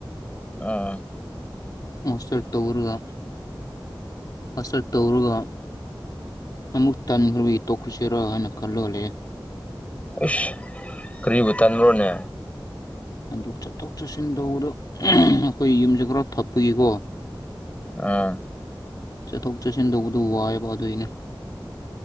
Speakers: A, on the left; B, on the left.
A: ꯑꯥ
B: ꯃꯥꯁꯇꯔ ꯇꯧꯔꯒ ꯃꯥꯁꯇꯔ ꯇꯧꯔꯒ ꯑꯃꯨꯛ ꯇꯟꯈ꯭ꯔꯕꯒꯤ ꯇꯣꯛꯈ꯭ꯔꯁꯤꯔꯥ ꯍꯥꯏꯅ ꯈꯜꯂꯒ ꯂꯩꯔꯦ
A: ꯏꯁ ꯀꯔꯤꯕꯨ ꯇꯟꯕ꯭ꯔꯣꯅꯦ
B: ꯑꯗꯨ ꯆꯠꯊꯣꯛ ꯆꯠꯁꯤꯟ ꯇꯧꯕꯗ <unintelligible> ꯑꯩꯈꯣꯏ ꯌꯨꯝꯁꯦ ꯈꯔ ꯊꯞꯄꯒꯤꯀꯣ
A: ꯑꯥ
B: ꯆꯠꯊꯣꯛ ꯆꯠꯁꯤꯟ ꯇꯧꯕꯗꯨ ꯋꯥꯏꯑꯦꯕ ꯑꯗꯨꯏꯅꯦ